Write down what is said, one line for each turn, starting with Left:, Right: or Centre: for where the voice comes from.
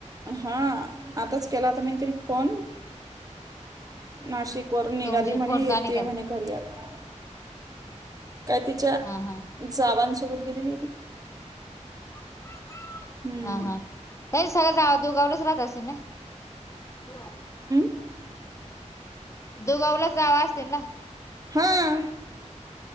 Right: हा आताच केलाता मीतील फोन नाशिक करून निघाली
Left: का म्हणशील
Right: म्हणे
Left: फोन
Right: येतेय
Left: का नाही केला
Right: म्हणे घरी आता काय तिच्या
Left: हा हा
Right: जावांसोबत गेलेली ती
Left: <inaudible>
Right: हम्म.
Left: हा हा ये सगळ्या जावा दुगावलच राहत असतील नाय
Right: <unintelligible>
Left: दुगावला जावा असतील ना.
Right: हं